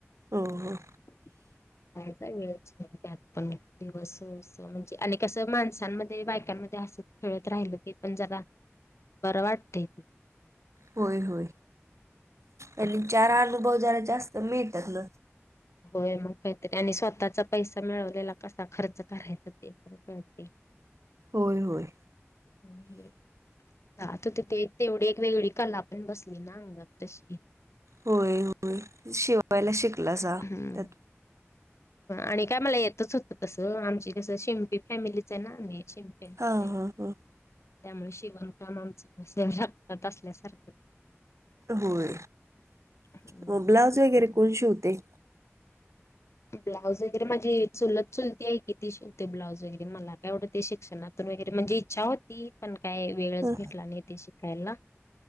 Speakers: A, on the right; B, on the left.
A: हो हो.
B: <inaudible> जायचा वेळच त्यात पण दिवस म्हणजे आणि कसं माणसांमध्ये, बायकांमध्ये अस खेळत राहिलं ते पण जरा बरं वाटतय
A: होय होय आणि
B: हो
A: चार
B: तर
A: अनुभव जरा जास्त मिळतात ना
B: होय मग काहीतरी आणि स्वतःचा पैसा मिळवलेला कसा खर्च करायचा ते करते.
A: होय होय.
B: हम्म हा तर तिथे तेवढी एक वेगळी कला पण बसली ना अंगात तशी
A: होय होय शिवायला शिकलासा
B: हम्म
A: त्यात
B: आणि काय मला येतच होतं तसं आमची कसं शिंपी फॅमिलीच आहे ना आम्ही शि च
A: हा
B: ते
A: हा हा
B: त्यामुळे शिवण काम आमच रक्तात असल्यासारखं
A: होय
B: हम्म,
A: मग ब्लाउज वगैरे
B: त्यामुळे
A: कोण शिवतय?
B: ब्लाऊज वगैरे माझी चुलत चुलती आहे कि तिची ते ब्लाउज वगैरे मला कायं एवढं ते शिक्षणातून वगैरे म्हणजे इच्छा होती पण काय वेळच
A: ह
B: भेटला नाहीे ते शिकायला